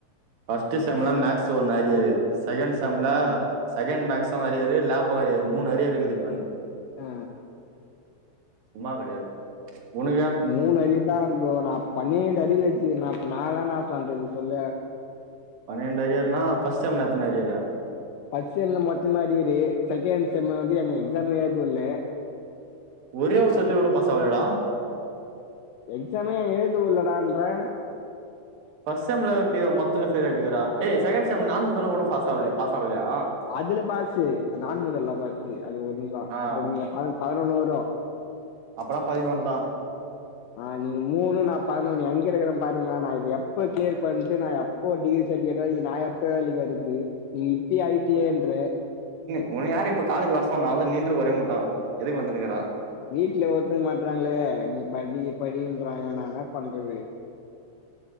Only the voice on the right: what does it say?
ஃபர்ஸ்ட்டு செம்ல மேக்ஸ் ஒன்னு அரியரு செகண்ட் செம்ல
செகண்ட் மேக்ஸ் தோ அரியரு லேப்போ அரியரு மூணு அரியரு இருக்குதிப்ப எனக்
சும்மா கெடையாது உனக்கு
பனெண்டு அரியர்னா ஃபர்ஸ்ட்டு செம்ல எத்தன அரியரு
ஒரே ஒரு சப்ஜெக்ட் கூட பாஸ் ஆவளயாடா
ஃபர்ஸ்ட் செம்ல எப்டி மொத்துல ஃபெயில் ஆயிட்டுக்கிறா டேய் செகண்ட் செம் <unintelligible> பாஸ் ஆவுளயா பாஸ் ஆவுளயா
ஆ
அப்பல்லா பதினொன் தா
ஒன்ன யாரு இப்ப காலேஜ் வர்சொன்னா அவல்தா நின்று ஒரே மூட்டா எதுக்கு வந்துனுகுறா